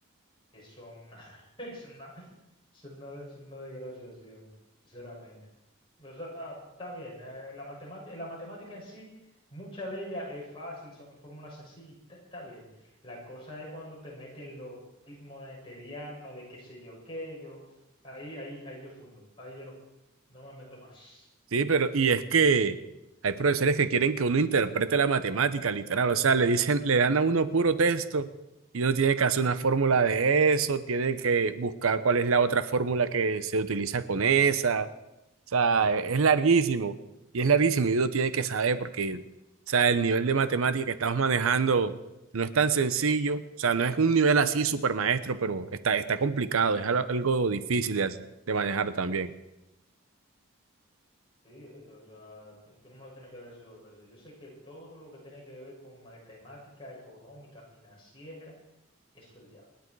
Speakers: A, on the left; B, on the right.
A: Es una, <laughs> es una es una, es una desgraciación, sinceramente. O sea, está bien. eh, la matemática, la matemática en sí, mucha de ella es fácil, son fórmulas sencillas, está, está bien. La cosa es cuando te meten los ritmos newtonianos, de qué sé yo qué, yo, ahí, ahí, ahí yo fundo, ahí yo no, no me meto más.
B: Sí, pero y es que hay profesores que quieren que uno interprete la matemática, literal, o sea, le dicen, le dan a uno puro texto y uno tiene que hacer
A: Ujú.
B: una fórmula de eso, tiene que buscar cuál es la otra fórmula que se utiliza con esa, o sea, es es larguísimo y es larguísimo y uno tiene que saber porque, o sea, el nivel de matemática que estamos manejando no es tan sencillo, o sea, no es un nivel así super maestro, pero está, está complicado, es algo algo difícil de, hacer- de manejar también.
A: Sí, esto, o sea, tú tú no me lo tienes que decir dos veces. Yo sé que todo lo que tiene que ver con matemática económica, financiera, eso es el diablo.